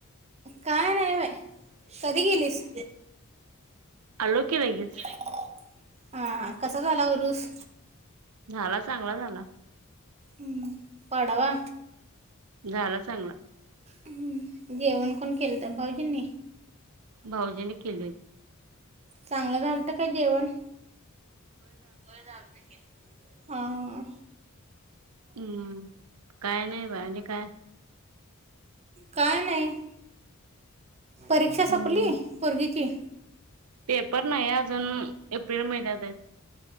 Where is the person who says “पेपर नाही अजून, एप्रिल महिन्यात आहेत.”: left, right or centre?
Right